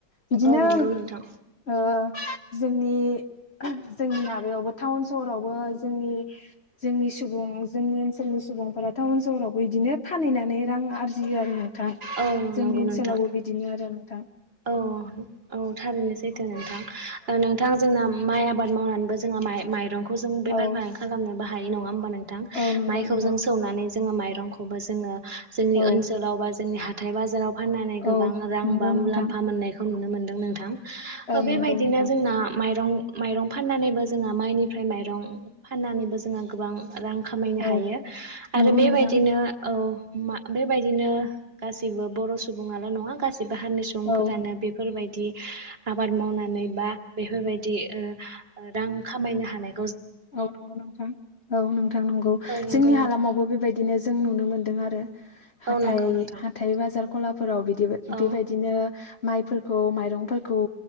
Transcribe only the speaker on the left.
बिदिनो
ओ जोंनि जोंनि माबायावबो टाउन सहरावबो जोंनि जोंनि सुबुं जोंनि ओनसोलनि सु सुबुंफोरा टाउन सहरावबो बिदिनो फानहैनानै रां आरजियो आरो ना थां
जोंनि
ओनसोलावबो
बिदिनो आरो नोंथां।
औ
औ नंगौ
नोंथां
औ
औ
नंगौ
नोंथां
ओं नंगौ
नोंथां
औ
नंगौ
नोंथां
औ
औ नंगौ नोंथां औ नोंथां नंगौ
जोंनि
हालामावबो बेबायदिनो जों नुनो मोनदों आरो।
हाथाइ
हाथाइ बाजार गलाफोराव बिदि
बेबायदिनो माइफोरखौ माइरंफोरखौ